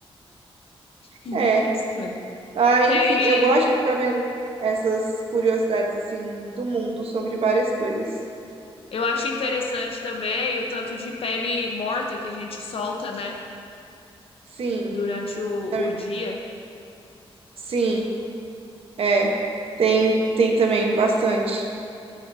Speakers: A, on the left (about 70°); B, on the right (about 70°).
A: <laughs>
B: É,
A: Estranho.
B: ah, enfim,
A: Tem.
B: eu gosto de ficar vendo essas curiosidades, assim, do mundo sobre várias coisas.
A: Eu acho interessante também o tanto de pele morta que a gente solta, né?
B: Sim,
A: Durante o,
B: também.
A: o dia.
B: Sim, é, tem, tem também bastante.